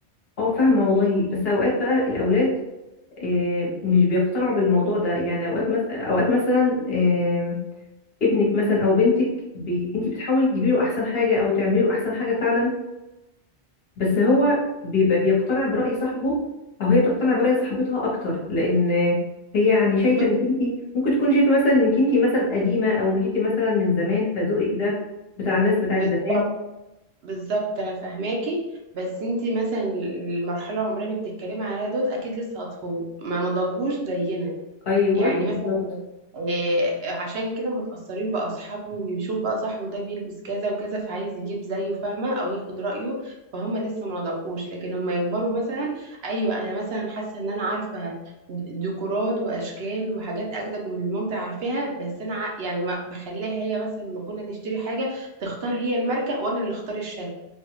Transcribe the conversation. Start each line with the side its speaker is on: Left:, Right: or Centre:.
Left: اه فاهمه والله بس اوقات بقى الاولاد آه، مش بيقتنعوا بالموضوع ده يعني اوقات مس... اوقات مثلا آه، ابنك مثلا او بنتك بي... انت بتحاولي تجيبي له احسن حاجه او تعملي له احسن حاجه فعلا بس هو بيبقى بيقتنع برأي صاحبه او هي بتقتنع برأي صاحبتها اكتر لان هي يعني شايفه
Right: بص-
Left: انك انت ممكن تكون شايفه مثلا انك انت مثلا قديمه او انك انت مثلا من زمان فذوقك ده بتاع الناس بتاعت
Right: بالظبط
Left: زمان
Right: بالظبط انا فاهماكي بس انتي مثلا المرحله العمريه اللي بتتكلمي عليها دوت اكيد لسه اطفال ما نضجوش زينا
Left: ايوه
Right: يعني
Left: بالظبط
Right: مثلا إيه، عشان كده متأثرين بأصحابهم ويشوف بقى صاحبه ده بيلبس كذا وكذا فعايز يجيب زيه فاهمة أو ياخد رأيه فهم لسه ما نضجوش لكن لما يكبروا مثلا أيوة أنا مثلا حاسة إن أنا عارفة ديكورات وأشكال وحاجات أجدد من اللي مامتي عارفاها بس أنا ع- يعني ما بخليها هي مثلا لما كنا نشتري حاجة تختار هي الماركة وأنا اللي أختار الشكل